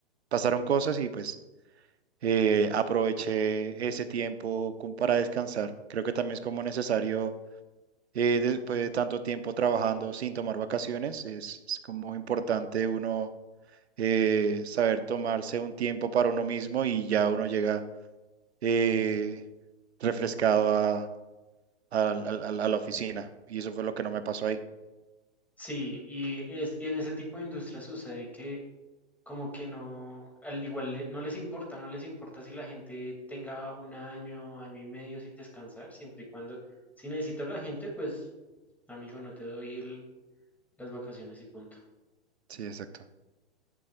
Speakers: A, on the right; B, in the centre.
A: pasaron cosas y pues eh, aproveché ese tiempo como para descansar. Creo que también es como necesario, eh, después de tanto tiempo trabajando sin tomar vacaciones, es, es como importante uno eh, saber tomarse un tiempo para uno mismo y ya uno llega eh, refrescado a, al- al- al- a la oficina. Y eso fue lo que no me pasó ahí.
B: Sí, y, es, y en ese tipo de industria sucede que como que no, al igual le- no les importa, no les importa si la gente tenga un año, año y medio sin descansar, siempre y cuando, si necesito a la gente, pues amigo, no te doy el- las vacaciones y punto.
A: Sí, exacto.